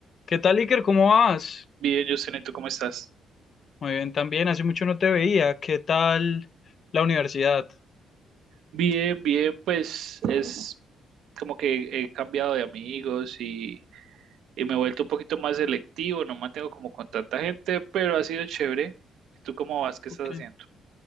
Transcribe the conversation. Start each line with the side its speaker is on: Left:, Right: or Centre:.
Left: ¿Qué tal, Iker? ¿Cómo vas?
Right: Bien, Justin, ¿y tú cómo estás?
Left: Muy bien, también. Hace mucho no te veía. ¿Qué tal la universidad?
Right: Bien, bien, pues es como que he cambiado de amigos y, y me he vuelto un poquito más selectivo, no mantengo como con tanta gente, pero ha sido chévere. ¿Y tú cómo vas? ¿Qué
Left: Ok.
Right: estás haciendo?